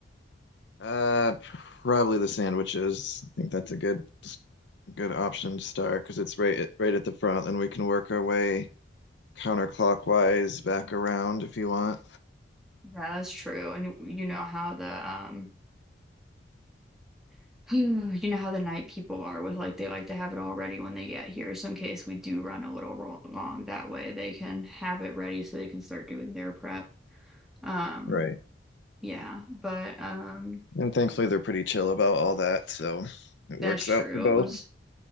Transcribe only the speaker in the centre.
Yeah, that's true. And you know how the um <sighs> you know how the night people are with like they like to have it all ready when they get here. So in case we do run a little ro- long that way, they can have it ready so they can start doing their prep. Um
yeah, but um
that's
true.
It was